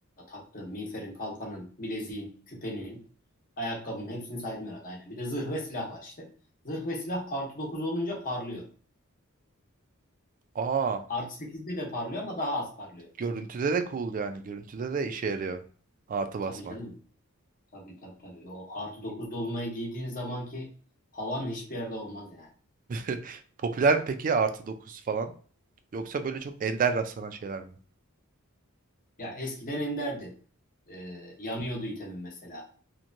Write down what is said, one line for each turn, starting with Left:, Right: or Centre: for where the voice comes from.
Left: Taktığın, miğferin, kalkanın, bileziğin, küpenin, ayakkabının hepsini saydım herhalde aynen. Bir de zırh ve silah var işte. Zırh ve silah artı 9 olunca parlıyor.
Right: Aa
Left: Artı sekizde de parlıyor ama daha az parlıyor.
Right: görüntüde de cool yani. Görüntüde de işe yarıyor. Artı basmak.
Left: Tabii canım. Tabii tabii tabii. O artı 9 dolunayı giydiğin zamanki havan hiçbir yerde olmaz yani.
Right: <laughs> Popüler mi peki artı 9 falan? Yoksa böyle çok ender rastlanan şeyler mi?
Left: Ya eskiden enderdi. Ee, yanıyordu itemin mesela.